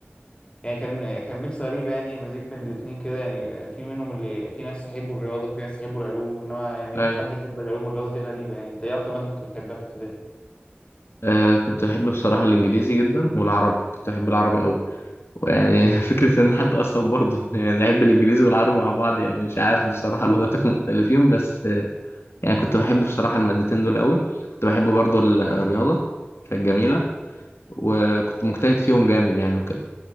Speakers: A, on the left; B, on the left.
A: يعني كان كان ميكس غريب يعني مزيج بين الاتنين كده يعني في منهم اللي في ناس يحبوا الرياضه في ناس يحبوا العلوم انما يعني
B: أيوه
A: حد يحب العلوم والرياضه دي غريبه يعني انت ايه اكتر ماده كنت بتحبها في ابتدائي
B: آه كنت بحب بصراحة الإنجليزي جدا والعربي كنت بحب العربي أوي ويعني <laughs> فكرة إن حد أصلا برضه يعني يحب الإنجليزي والعربي مع بعض يعني مش عارف بصراحة لغتين مختلفين بس آه، يعني كنت بحب بصراحة المادتين دول أوي كنت بحب برضه الرياضة كانت جميلة وكنت مجتهد فيهم جامد يعني وكده